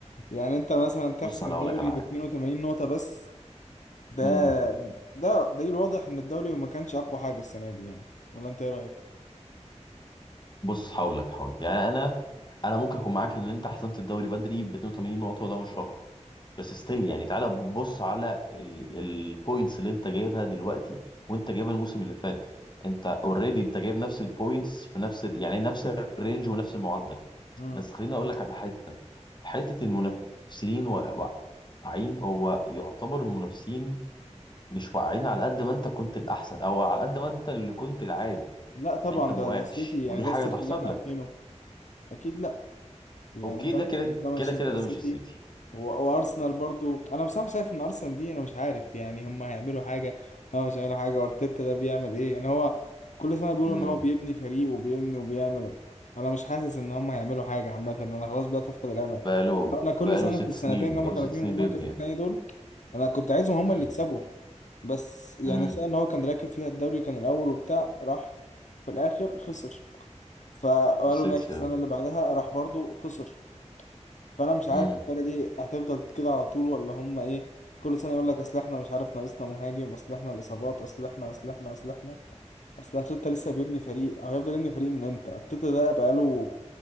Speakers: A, on the left (about 80°); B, on the left (about 40°).
A: يعني انت مثلا تحسم
B: بص انا
A: الدوري
B: اقول لك على
A: ب
B: حاجه
A: 82 نقطه بس ده
B: مم.
A: ده دليل واضح ان الدوري ما كانش اقوى حاجه السنه دي يعني ولا انت ايه رايك
B: بص هقول لك هقول لك. يعني انا انا ممكن اكون معاك ان انت حسمت الدوري بدري ب 82 نقطه وده مش رقم بس ستيل يعني تعالى بص على البوينتس اللي انت جايبها دلوقتي وانت جايبها الموسم اللي فات انت اوريدي انت جايب نفس البوينتس في نفس ال... يعني نفس الرينج ونفس المعدل
A: مم.
B: بس خليني اقول لك على حته حته المنافسين و- واقعين هو يعتبر المنافسين مش واقعين على قد ما انت كنت الاحسن او على قد ما انت اللي كنت العادي
A: لا طبعا
B: يعني انت ما
A: ده
B: وقعتش
A: ده السيتي يعني
B: ودي
A: ده
B: حاجه
A: السيتي
B: تحسب
A: اللي احنا
B: لك
A: عارفينه اكيد لا يعني
B: اوكي
A: ده
B: ده كده
A: مش مش ده مانشستر
B: كده كده ده
A: سيتي
B: مش السيتي
A: و- وارسنال برضو انا بصراحه شايف ان ارسنال دي انا مش عارف يعني هم هيعملوا حاجه اه مش هيعملوا حاجه ارتيتا ده بيعمل ايه يعني هو كل سنه بيقولوا
B: امم
A: ان هو بيبني فريق وبيبني وبيعمل انا مش حاسس ان هم هيعملوا حاجه عامه انا خلاص بدات افقد الامل
B: بقاله
A: انا كل
B: بقاله
A: سنه
B: ست
A: في السنتين
B: سنين
A: اللي
B: بقاله
A: هم كانوا
B: ست
A: فيهم
B: سنين
A: المركز
B: بيبني
A: الثاني
B: يعني
A: دول انا كنت عايزهم هم
B: امم
A: اللي يكسبوا بس يعني
B: امم
A: السنه اللي هو كان راكب فيها الدوري كان الاول وبتاع راح في الاخر خسر فقالوا
B: السيتي
A: ماشي السنه
B: آه.
A: اللي بعدها راح برضو خسر فانا مش عارف
B: امم
A: الفرقه دي هتفضل كده على طول ولا هم ايه كل سنه يقول لك اصل احنا مش عارف ناقصنا مهاجم اصل احنا الاصابات اصل احنا اصل احنا اصل احنا اصل ارتيتا لسه بيبني فريق او هيفضل يبني فريق من امتى ارتيتا ده بقاله